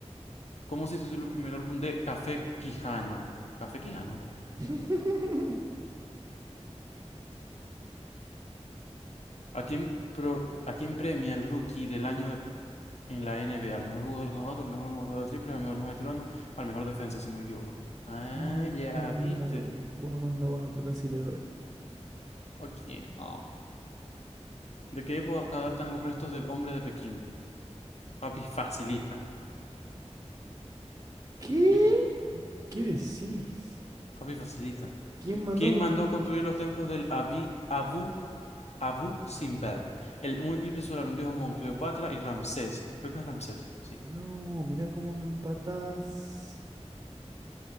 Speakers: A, on the left (about 65°); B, on the right (about 30°).
A: ¿Cómo se tituló el primer álbum de Café Quijano? Café Quijano.
B: <laughs>
A: ¿A quién, pro- a quién premia el rookie del año en la NBA? ¿Al mejor jugador novato, al mejor jugador de triples, al mejor más veterano, al mejor defensa, si no me equivoco? Ah,
B: Ay,
A: ya viste.
B: el jugador más novato, casi le doy.
A: Ok, no. ¿De qué época datan los restos del hombre de Pekín? Papi, facilita.
B: ¿Qué?
A: ¿Viste?
B: ¿Qué decís?
A: Papi, facilita.
B: ¿Quién mandó
A: ¿Quién
B: a construir?
A: mandó construir los templos del Abi- Abu, Abu Simbel? El, un eclipse solar, un dios Amón, Cleopatra y Ramsés. Creo que es Ramsés, sí.
B: No, mirá cómo me empatás.